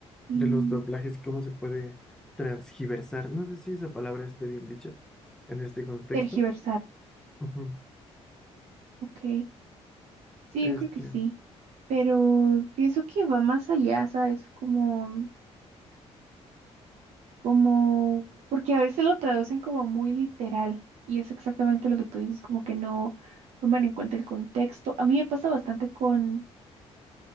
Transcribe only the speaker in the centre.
de los doblajes y cómo se puede transgiversar. No sé si esa palabra esté bien dicha en este contexto.
Ujú.
Este,